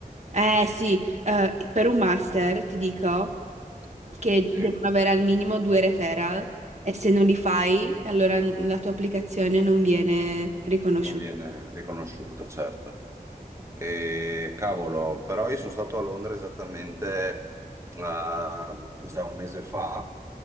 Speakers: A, on the right; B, on the right.
A: eh sì, eh, per un master ti dico che
B: Sì.
A: devono avere al minimo due referral e se non li fai, allora n- la tua applicazione non viene riconosciuta.
B: Non viene riconosciuta, certo. E, cavolo, però io sono stato a Londra esattamente, ah, cos'è, un mese fa,